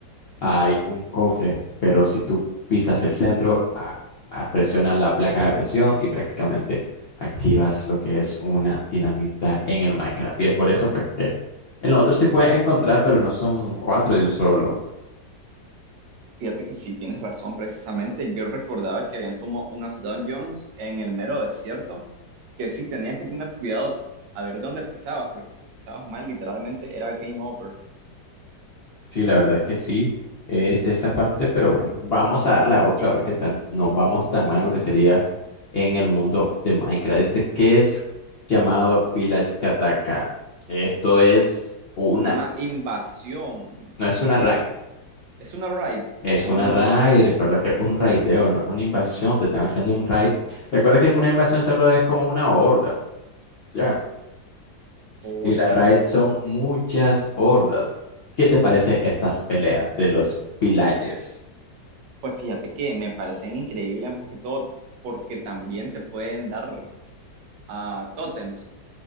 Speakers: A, on the left (about 60°); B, on the right (about 85°).
A: hay un cofre, pero si tú pisas el centro, a- a- presionas la placa de presión y prácticamente activas lo que es una dinamita en el Minecraft. Y es por eso pues que en los otros sí puedes encontrar, pero no son cuatro de un solo.
B: fíjate que sí tienes razón, precisamente yo recordaba que habían como unas dungeons en el mero desierto, que sí tenías que tener cuidado a ver dónde pisabas, porque si pisabas mal, literalmente era game over.
A: Sí, la verdad es que sí, es esa parte, pero bueno, vamos a darle a otra a ver qué tal. No vamos tan mal en lo que sería en el mundo de Minecraft. Dice que es llamado Village Kataka. Esto es una,
B: una invasión.
A: no es una raid,
B: ¿Es una raid?
A: es
B: O,
A: una raid. Recuerda que un raideo, no es una invasión, te están haciendo un raid. Recuerda que una invasión solo es como una horda, ¿ya?
B: o
A: Y
B: entiendo.
A: la raid son muchas hordas. ¿Qué te parece estas peleas de los villagers?
B: Pues fíjate que me parecen increíbles más que todo porque también te pueden dar a tótems.